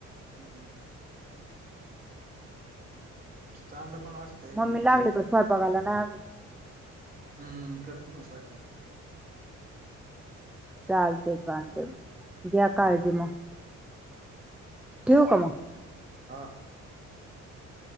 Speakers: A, on the right; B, in the centre.
A: हम्. चांगलं पण असं.
B: मम्मी, लागली का स्वयपाकाला? नाही अजून?
A: हम्म, करती ना स्वयंपाक?
B: चालतंय फोन ठेवते. घ्या
A: हा
B: काळजी मग, ठेवू का मग?
A: हां.